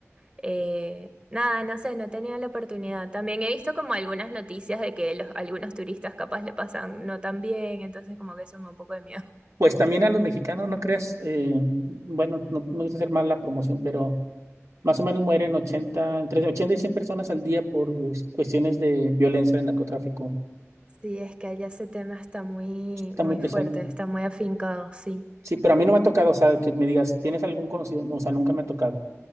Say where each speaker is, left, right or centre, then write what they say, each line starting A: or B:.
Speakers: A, on the right (about 20°); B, on the right (about 80°).
A: Eh, nada, no sé, no he tenido la oportunidad. También he visto como algunas noticias de que los, algunos turistas capaz le pasan no tan bien, entonces como que eso me da un poco de miedo. <laughs>
B: Pues también a los mexicanos, no creas. eh, bueno, no no me gusta hacer mal la promoción, pero más o menos mueren ochenta entre 80 y 100 personas al día por cuestiones de violencia, de narcotráfico.
A: Sí, es que allá ese tema está muy,
B: Está
A: muy
B: muy pesado.
A: fuerte, está muy afincado, sí.
B: Sí, pero a mí no me ha tocado, o sea, que me digas, ¿tienes algún conocido? No, o sea, nunca me ha tocado.